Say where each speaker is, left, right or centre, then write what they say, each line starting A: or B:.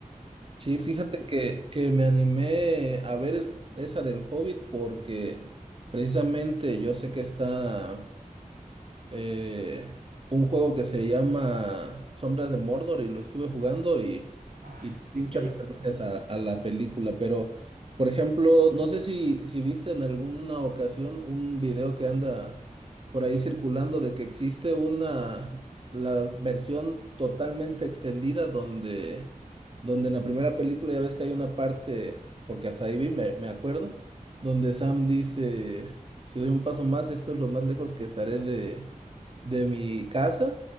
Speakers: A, on the right; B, on the right.
A: sí, fíjate
B: Y,
A: que, que me animé a ver el- esa del Hobbit porque precisamente yo sé que está. eh, un juego que se llama Sombras de Mordor y lo estuve jugando y,
B: ah,
A: y
B: es
A: muchas
B: increíble.
A: referencias a, a la película, pero por ejemplo, no sé si, si viste en alguna ocasión un video que anda por ahí circulando de que existe una, la versión totalmente extendida donde, donde en la primera película ya ves que hay una parte, porque hasta ahí vi, me, me acuerdo, donde Sam dice, si doy un paso más, esto es lo más lejos que estaré de de mi casa